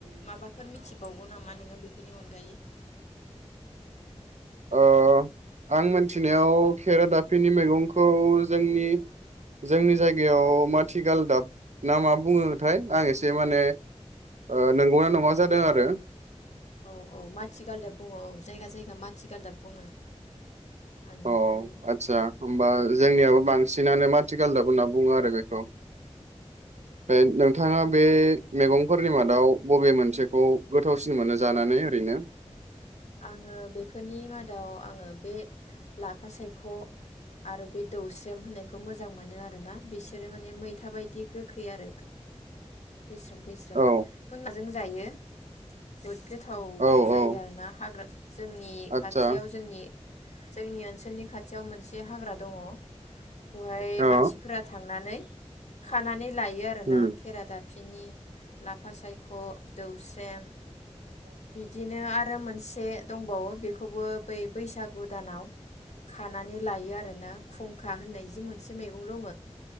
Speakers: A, on the left (about 75°); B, on the right (about 75°).
A: माबाफोर मिथिबावगौ नामा नोंङो बेफोरनि अनगायै
B: ओ आं मोनथिनायाव खेरा दाफिनि मैगंखौ जोंनि जोंनि जायगायाव माथिगाल दाब ना मा बुङोथाय आं एसे माने अ नंगौना नङा जादों आरो।
A: औ औ माथिगालदाब बुङो औ जायगा जायगा माथिगालदाब बुङो। बेनिफ्राय
B: औ आदसा होमबा जोंनियाबो बांसिनानो माथि गालदाब होनना बुङो आरो बेखौ। बे नों थाङा बे मेगंफोरनि मादाव बबे मोनसेखौ गोथावसिन मोनो जानानै ओरैनो?
A: आंङो बेफोरनि मा दाउ आङो बे लाफा सायख' आरो बे दौस्रेम होननायखौ मोजां मोनो आरोना बिसोरो माने मैथा बायदि गोखै आरो। खैस्रोम खैस्रोम
B: औ
A: <unintelligible> जायो जोबोद गो थाव
B: औ
A: जायो
B: औ
A: आरोना हाग्रा जोंनि
B: आदसा
A: खाथियाव जोंनि जोंनि ओनसोलनि खा थियाव मोनसे हाग्रा दङ बहाय
B: अ
A: मानसिफोरा थांनानै खानानै लायो आरो
B: उम
A: ना खेरा दा फिनि, लाफा सायख', दौस्रेम बिदिनो आरो मोनसे दंबावो बेखौबो ब बैसागु गोदानाव खानानै लायो आरो आरो ना खुं खुंखा होननाय जि मोनसे मैगं दङ